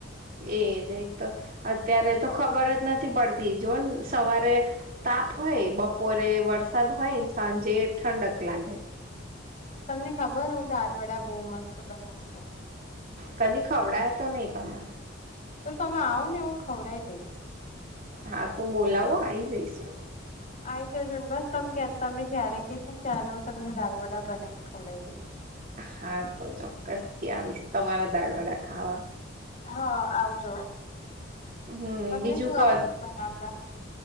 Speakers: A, on the right; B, on the left.
A: એજ એક તો અત્યારે તો ખબર જ નથી પડતી જો ને સવારે તાપ હોય બપોરે વરસાદ હોય સાંજે ઠંડક લાગે
B: તમને ખબર હું દાર વડા બહુ મસ્ત બનાવ છું
A: કદીી ખવડા તો નહી તમે
B: તો તમે આવો ને હું ખવડઈ દઈશ.
A: હા તો બોલાવો આ આવી જઈશું
B: આ જજુન બસ ત તમે જય્યારે કશો ને ત્યારે હું તમને દાલ વડા બનાવીને ખવડઈ દઈશ
A: હા તો ચોક્કસ થી આવીશ તમારા દાડો રાખ ખાવા
B: હા આવજો
A: હમ
B: તમને
A: બીજું
B: શું
A: ક
B: આવડે છે બનાવતા